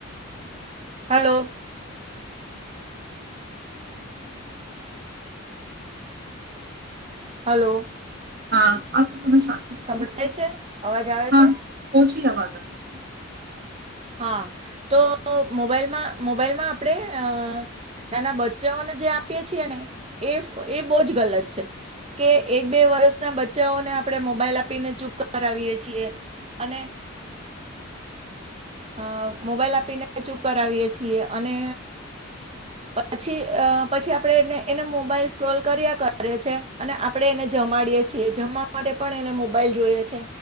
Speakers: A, on the right; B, on the right.
A: હલો હલો
B: હા આ તો તમે સાચું કહો
A: સંભળાય
B: છો
A: છે અવાજ આવે
B: હા
A: છે
B: ઓછી <inaudible>
A: હા તો મોબાઈલમાં મોબાઈલમાં આપણેે નાના જને જે આપીએે છીએ ને એ એ બોવ જ ગલત છે કે એક બે વર્ષના બચ્ચાઓને આપણે મોબાઈલ આપીને ચૂપ કરાવીયએ છીએ અને હ મોબાઈલ આપીને ચૂપ કરાવીએ છીએ અને પછી અ પછી આપણે એને એને મોબાઈલ સ્ક્રોલ કર્યા કરએ છે અને આપણે એને જમાડીએ છીએ જમા માટે પણ એને મોબાઈલ જોઈએ છે